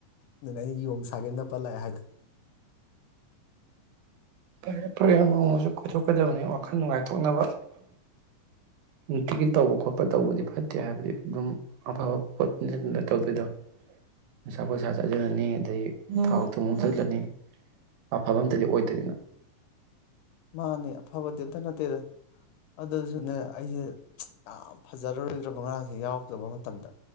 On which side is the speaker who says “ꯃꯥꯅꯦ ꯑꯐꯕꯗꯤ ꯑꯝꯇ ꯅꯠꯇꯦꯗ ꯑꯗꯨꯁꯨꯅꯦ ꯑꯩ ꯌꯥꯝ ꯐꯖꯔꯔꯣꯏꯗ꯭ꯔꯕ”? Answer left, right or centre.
Left